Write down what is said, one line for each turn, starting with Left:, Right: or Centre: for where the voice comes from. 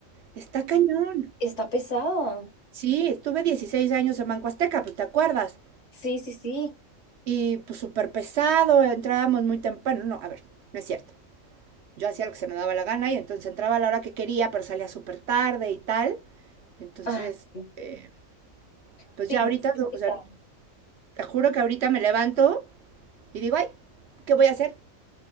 Right: está cañón.
Left: Está pesado.
Right: Sí, estuve 16 años en Banco Azteca, pues te acuerdas.
Left: Sí, sí, sí.
Right: Y pues súper pesado, entrábamos muy temprano. No, a ver, no es cierto. Yo hacía lo que se me daba la gana y entonces entraba a la hora que quería, pero salía súper tarde y tal. Entonces,
Left: Ah, sí,
Right: eh, pues
Left: sí,
Right: ya
Left: no,
Right: ahorita,
Left: sí es pesado.
Right: o sea, Te juro que ahorita me levanto y digo, ay, ¿qué voy a hacer?